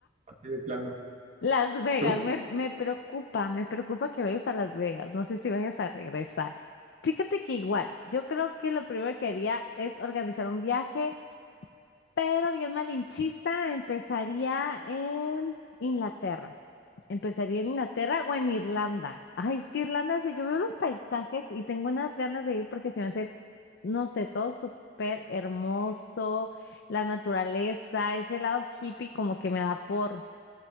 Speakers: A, on the right (about 35°); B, on the left (about 65°).
A: así de plano.
B: Las Vegas,
A: ¿Tú?
B: me, me preocupa, me preocupa que vayas a Las Vegas. No sé si vayas a regresar. Fíjate que igual, yo creo que lo primero que haría es organizar un viaje pero bien malinchista, empezaría en Inglaterra. Empezaría en Inglaterra o en Irlanda. Ay, es que Irlanda, o sea, yo veo los paisajes y tengo unas ganas de ir porque se me hace, no sé, todo súper hermoso, la naturaleza, ese lado hippie como que me da por,